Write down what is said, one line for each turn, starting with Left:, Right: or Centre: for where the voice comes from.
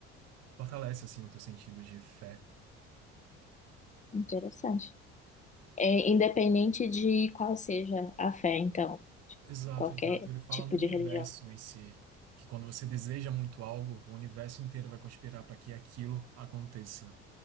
Right: fortalece assim o teu sentido de fé.
Left: Interessante. É, independente de qual seja a fé, então, de
Right: Exato,
Left: qualquer
Right: exato. Ele fala
Left: tipo
Right: no universo
Left: de religião.
Right: em si, que quando você deseja muito algo, o universo inteiro vai conspirar para que aquilo aconteça.